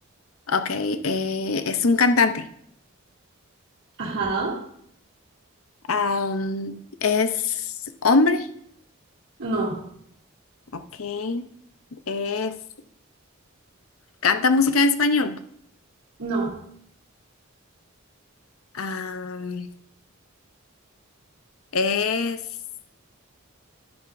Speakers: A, on the left; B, on the right.
A: Ok, eh, es un cantante.
B: Ajá.
A: Am, es hombre.
B: No,
A: Ok. Es, canta música en español.
B: no.
A: Am, es,